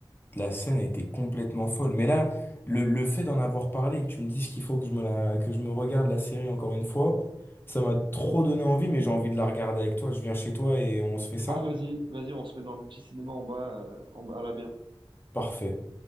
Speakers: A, on the left; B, on the right.
A: la scène était complètement folle. Mais là le, le fait d'en avoir parlé et que tu me dises qu'il faut que je me la que je me regarde la série encore une fois, ça m'a trop donné envie. Mais j'ai envie de la regarder avec toi. Je viens chez toi et on se fait ça.
B: Ah, vas-y, vas-y, on se met dans le petit cinéma en bas, euh, en bas, à la bien.
A: Parfait.